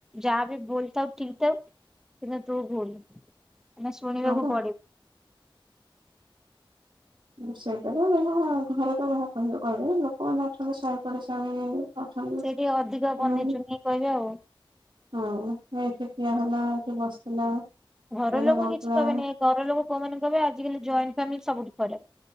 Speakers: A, in the centre; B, on the right.
A: ଯାହାବି ଭୁଲ ଥାଉ ଠିକ୍ ଥାଉ କିନ୍ତୁ ତୁ ଭୁଲ। ମାନେ ଶୁଣିବାକୁ
B: ହଁ ବା
A: ପଡିବ।
B: ସେଇଟାରେ ଯ ଘରକୁ ଯ କହିବା କହିଲେ ଲୋକମାନେ ଆଠଛନ୍ତି ଶହି ପଡିଶା <unintelligible> ଅ ସେମାନେ
A: ସେ ଟିକେ ଅଧିକ ବନେଇ ଚୁନେଇ କହିବେ ଆଉ।
B: ହଁ ଏଠ <unintelligible> କିଏ ହେଲା, କିଏ ବସିଥିଲା।
A: ଘର
B: ଏଇଟା
A: ଲୋକ
B: କରୁଥିଲା
A: କିଛି କହିବେନି ଘର ଲୋକ କୋଉ ମାନ କହିବେ ଆଜିକାଲି ଜଏଣ୍ଟ ଫ୍ୟାମିଲି, ସବୁଠ ଖରାପ।